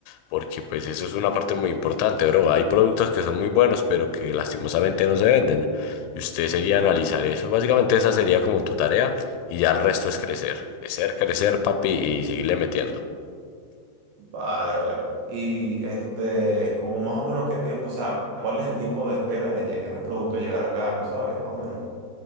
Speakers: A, on the left; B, on the right.
A: porque pues eso es una parte muy importante, bro. Hay productos que son muy buenos, pero que lastimosamente no se venden. Y usted sería analizar eso. Básicamente esa sería como tu tarea y ya el resto es crecer. Crecer, crecer, papi, y seguirle metiendo.
B: Vale, vale. Y este, como más o menos qué tiempo, o sea, ¿cuál es el tiempo de espera en, lle- en un producto llegar acá? No sabes, más o menos.